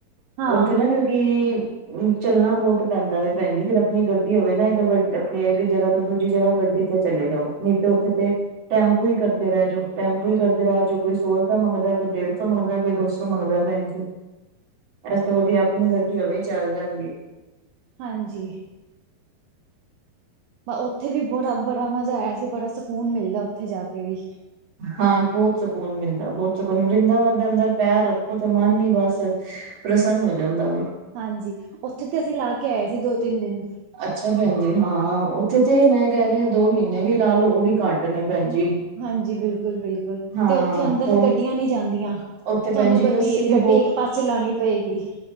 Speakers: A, on the right; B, on the right.
A: ਹਾਂ
B: ਉਥੇ ਨਾ, ਕਿਉਕਿ ਚੱਲਣਾ ਬਹੁਤ ਪੈਂਦਾ ਵੇ, ਭੈਣ ਜੀ ਫੇਰ ਆਪਣੀ ਗੱਡੀ ਹੋਵੇ ਨਾ, ਇਕ ਆਪਣੀ ਇਕ ਜਗ੍ਹਾ ਤੋਂ, ਦੂਜੀ ਜਗ੍ਹਾ ਗੱਡੀ ਤੇ ਚਲੇ ਜਾਓ, ਨਹੀ ਤੇ ਉਥੇ ਤੇ ਟੈਂਪੂ ਹੀ, ਕਰਦੇ ਰਹਿ ਜਾੳ-ਟੈਂਪੂ ਕਰਦੇ ਰਹਿ ਜਾੳ ਕੋਈ, ਸੌ ਰੁਪਇਆ ਮੰਗਦਾ ਕੋਈ ਡੇਢ ਸੌ, ਮੰਗਦਾ ਕੋਈ ਦੋ ਸੌ ਮਗਦਾ ਭੈਣ ਜੀ ਇਸ ਤੋਂ ਵਧੀਆ, ਆਪਣੀ ਗੱਡੀ ਹੋਵੇ, ਚਲ ਜਾਦੀ ਏ
A: ਹਾਂਜੀ। ਉਥੇ ਵੀ, ਬੜਾ -ਬੜਾ ਮਜ਼ਾ ਆਇਆ ਸੀ, ਬੜਾ ਸਕੂਨ ਮਿਲਦਾ ਉਥੇ ਜਾ ਕੇ ਵੀ
B: ਹਾਂ ਬਹੁਤ ਸਕੂਨ ਮਿਲਦਾ, ਬਹੁਤ ਸਕੂਨ ਵਰਿੰਦਾਵਨ, ਦੇ ਅੰਦਰ ਪੈਰ ਰੱਖੋ ਤੇ, ਮਨ ਹੀ ਬਸ ਪ੍ਰਸੰਨ ਹੋ ਜਾਂਦਾ ਵਾ
A: ਹਾਂਜੀ, ਉਥੇ ਤੇ ਅਸੀ ਲਾ ਕੇ ਆਏ ਸੀ, ਦੋ ਤਿੰਨ ਦਿਨ
B: ਅਛਾ ਭੈਣ ਜੀ, ਹਾਂ ਉਥੇ ਤੇ ਮੈ ਕਹਿ ਰਹੀ ਹਾਂ ਦੋ ਮਹੀਨੇ ਵੀ, ਲਾ ਲੋਓ ਉਹ ਵੀ ਘੱਟ ਨੇ ਭੈਣ ਜੀ
A: ਹਾਂਜੀ, ਬਿਲਕੁਲ- ਬਿਲਕੁਲ
B: ਹਾਂ
A: ਤੇ, ਉਥੇ ਅੰਦਰ
B: ਹੋਰ
A: ਗੱਡੀਆਂ ਨਈ ਜਾਂਦੀਆਂ।
B: ਉੱਥੇ
A: ਤੁਹਾਨੂੰ,
B: ਭੈਣ ਜੀ
A: ਗੱਡੀ-
B: ਲੱਸੀ ਵੀ
A: ਗੱਡੀ ਇਕ ਪਾਸੇ ਲਾਉਣੀ ਪਏਗੀ।